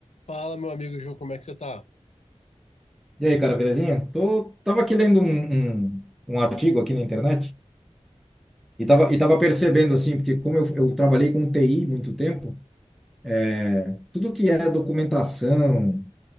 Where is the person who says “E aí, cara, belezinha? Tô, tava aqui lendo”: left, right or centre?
Centre